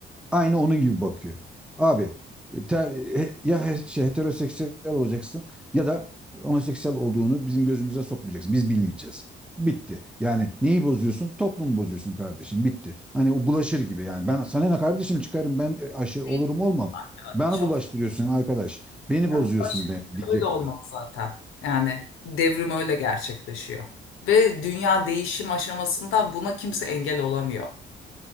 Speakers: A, in the centre; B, on the left.
A: aynı onun gibi bakıyor. Abi ter- ya he- şey, heteroseksüel olacaksın ya da homoseksüel olduğunu bizim gözümüze sokmayacaksın. Biz bilmeyeceğiz. Bitti. Yani neyi bozuyorsun? Toplumu bozuyorsun kardeşim. Bitti. Hani o bulaşır gibi yani. Ben sana ne kardeşim çıkarım ben e, aşı
B: değiştirdim
A: olurum olmam.
B: bak ya.
A: Bana
B: Çok
A: bulaştırıyorsun arkadaş. Beni bozuyorsun
B: Yani Ulaş
A: de, diyecek.
B: öyle olmaz
A: o da.
B: zaten. Yani devrim öyle gerçekleşiyor. Ve dünya değişim aşamasında buna kimse engel olamıyor.